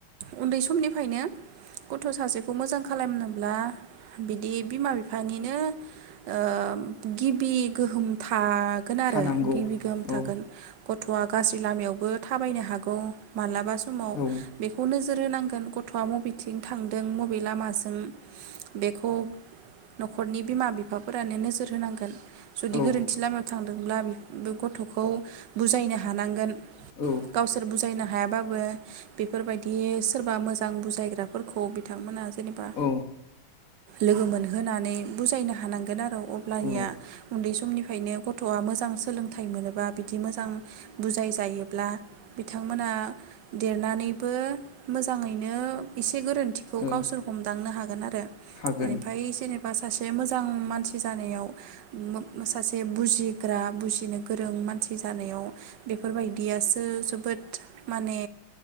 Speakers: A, on the right (about 65°); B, on the left (about 45°).
A: उन्दै समनिफायनो गथ' सासेखौ मोजां खालामनोब्ला बिदि बिमा बिफानिनो ओ गिबि गोहोम था गोन
B: थानांगौ
A: आरो गिबि गोहोम थागोन
B: औ
A: गथ'आ गासि लामायावबो थाबायनो हागौ मालाबा समाव
B: औ
A: बेख नोजोर होनांगोन गथ'आ मबेथिं थांदों मबे लामाजों बेखौ न'खरनि बिमा बिफाफोरानो नोजोर होनांगोन। जुदि
B: औ
A: गोरोन्थि लामायाव थां दोंब्ला बि बे गथ'खौ बुजायनो हानांगोन।
B: औ
A: गावसोर बुजायना हायाबाबो बेफोरबाय दि सोरबा मोजां बुजायग्राफोरखौ बिथांमोना जेनेबा।
B: औ
A: लोगो मोनहोनानै बुजायनो हानांगोन आरौ। अब्लानिया
B: औ
A: उन्दै समनि फायनो गथ'आ मोजां सोलोंथाइ मोनोबा बिदि मोजां बुजाय जायोब्ला बिथांमोना देरनानैबो मोजाङैनो एसे गोरोन थिखौ
B: ओ
A: गावसोर हमदांनो हागोन आरो
B: हागोन
A: एनिफाय जेनेबा सासे मोज मोजां मानसि जानायाव, सासे बुजिग्रा बुजिनो गोरों मानसि जानायाव बेफोरबायदियासो जोबोद माने